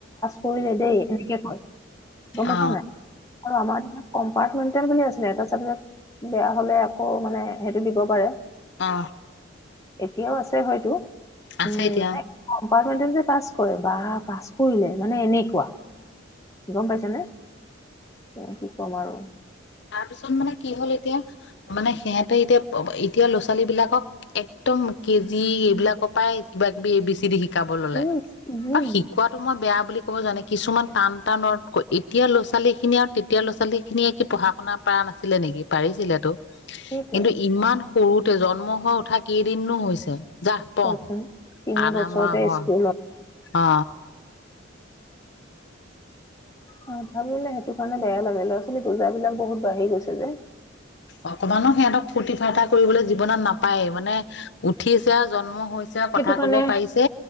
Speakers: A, on the left; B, on the left.
A: কৰিলে দেই এনেকে কয়, গম পাইছা
B: অ
A: নাই? আৰু আমাৰ কম্পাৰ্টমেণ্টেল বুলি আছিলে এটা চাবজেক্ট বেয়া হলে আকৌ মানে সেইটো দিব পাৰে।
B: আহ
A: এতিয়াও আছে হয়তো
B: আছে
A: উম
B: এতিয়া।
A: মানে পাছ কৰে বা পাছ কৰিলে মানে এনেকুৱা গম পাইছ নে? <inaudible> তেনে কি কম আৰু
B: তাৰপিছত মানে কি হ'ল এতিয়া মানে সেতে এতিয়া এতিয়া ল' ছোৱালীবিলাকক একদম কেজি এইবিলাকৰ পাই কিবা কিবি এ বি চি দি শিক শিকাব ললে
A: উম উম
B: আৰু শিকোৱাতো মই বেয়া বুলি ক'ব জানে কিছুমান টান টান ৱৰ্ড কৈ এতিয়া ল'ৰা ছোৱালীখিনি আৰু তে এতিয়া ল'ৰা ছোৱালীখিনিয়ে পঢ়া শুনা পাৰা নাছিলে নেকি? পাৰিছিলেতো।
A: সেইটোৱে
B: কিন্তু ইমান সৰুতে জন্ম হৈ উঠা কেইদিননো হৈছে যাহ পঢ়
A: ত তিনি
B: আধা
A: বছৰতে
B: মৰা হয়
A: স্কুলত
B: অ
A: অ ভাবিলে সেইটো কাৰণে বেয়া লাগে ল'ৰা ছোৱালী পূজাবলাক বহুত বাঢ়ি গৈছে যে
B: অকমানো সিহঁতক ফূৰ্তি ফাৰ্তা কৰিবলৈ জীৱনত নাপায় মানে উঠিছে আৰু জন্ম আৰু কথা
A: সেইটো কাৰণে
B: কব পাৰিছে